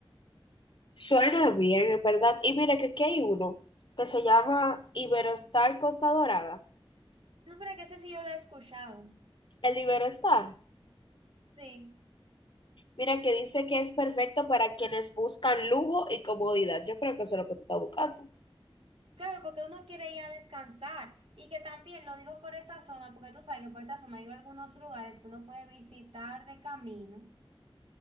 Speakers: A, on the left; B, on the right.
A: Suena bien, en verdad. Y mira que aquí hay uno que se llama Iberostar Costa Dorada.
B: ¿Tú pero que ese sí yo lo he escuchado.
A: El de Iberostar.
B: Sí.
A: Mira que dice que es perfecto para quienes buscan lujo y comodidad. Yo creo que eso es lo que tú estás buscando.
B: Claro, porque uno quiere ir a descansar. Y que también lo digo por esa zona, porque tú sabes que por esa zona hay algunos lugares que uno puede visitar de camino.